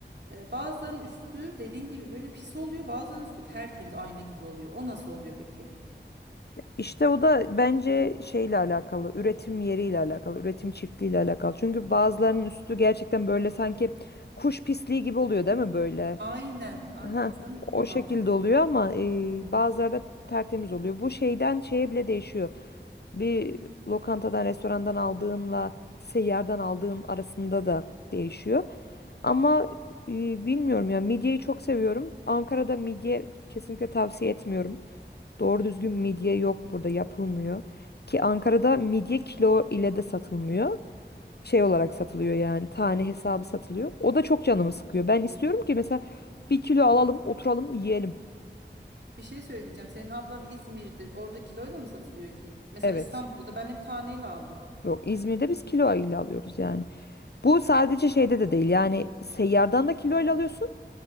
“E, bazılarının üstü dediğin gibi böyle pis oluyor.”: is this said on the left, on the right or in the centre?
Right